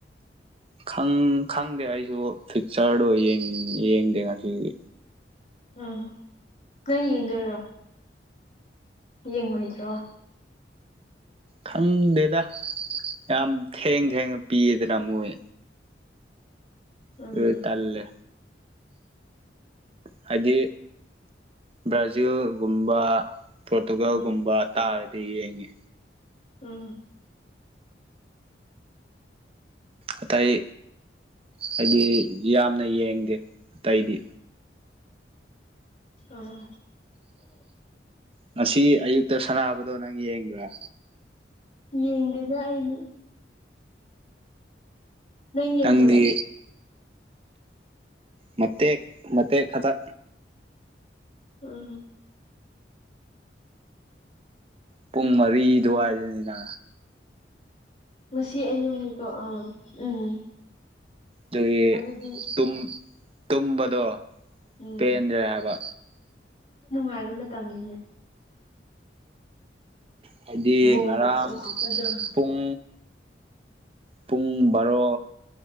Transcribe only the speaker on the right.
ꯈꯪ ꯈꯪꯗꯦ ꯑꯩꯁꯨ ꯄꯤꯛꯆꯔꯗꯣ ꯌꯦꯡ ꯌꯦꯡꯗꯦ ꯉꯁꯤꯒꯤ
ꯈꯪꯗꯦꯗ ꯌꯥꯝ ꯊꯦꯡ ꯊꯦꯡꯅ ꯄꯤꯌꯦꯗꯅ ꯃꯣꯏ
ꯗꯨꯏ ꯇꯜꯂꯦ ꯍꯥꯏꯗꯤ ꯕ꯭ꯔꯥꯖꯤꯜꯒꯨꯝꯕ ꯄꯣꯔꯇꯨꯒꯜꯒꯨꯝꯕ
ꯇꯥꯔꯗꯤ ꯌꯦꯡꯉꯦ
ꯑꯇꯩ ꯍꯥꯏꯗꯤ ꯌꯥꯝꯅ ꯌꯦꯡꯗꯦ ꯑꯇꯩꯗꯤ
ꯉꯁꯤ ꯑꯌꯨꯛꯇ ꯁꯅꯥꯕꯗꯣ ꯅꯪ ꯌꯦꯡꯕ꯭ꯔꯥ
ꯇꯪꯗꯤ ꯃꯇꯦꯛ ꯃꯇꯦꯛ ꯈꯛꯇ
ꯄꯨꯡ ꯃꯔꯤ ꯗꯋ꯭ꯥꯏꯗꯅꯤꯅꯥ
ꯗꯨꯒꯤ
ꯇꯨꯝ ꯇꯨꯝꯕꯗꯣ
ꯄꯦꯟꯗꯔ꯭ꯦ ꯍꯥꯏꯕꯥ
ꯍꯥꯏꯗꯤ
ꯉꯔꯥꯡ
ꯄꯨꯡ ꯄꯨꯡ ꯕꯥꯔꯣ